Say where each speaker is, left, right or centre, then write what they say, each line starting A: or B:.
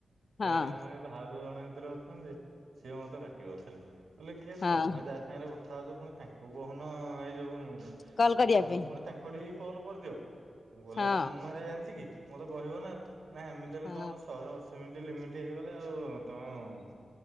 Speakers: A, on the left; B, on the right.
A: ହଁ
B: ଆମ ସେଇ ଭାଉଜ ଜଣେ ଭିତରେ ଅଛନ୍ତି ସିଏ ମୋତେ ପାଟି କରିଥିଲେ ବୋଇଲେ କିଏ
A: ହଁ
B: ତମେ ଯା ସାଙ୍ଗରେ କଥା ହଉଛ ପୁଣି ତାଙ୍କୁ କହୁନ ଏଇ ଯୋଉ
A: କଲ୍ କରିବା
B: ତମେ
A: ପାଇଁ
B: ପୁଣି ତାଙ୍କୁ ଠିକି କଲ କରିଦିଅ ମୁଁ କହିଲ
A: ହଁ
B: ମୁଁ ଏରା ଜାଣିଛି କି ମୋତେ କହିବ ନା ନା ଏମିତି ହେଲେ
A: ହଁ
B: ତମର ଶହେ ଅଶୀ ମିନିଟ୍ ଲିମିଟ୍ ହେଇଗଲା ଆଉ ତମ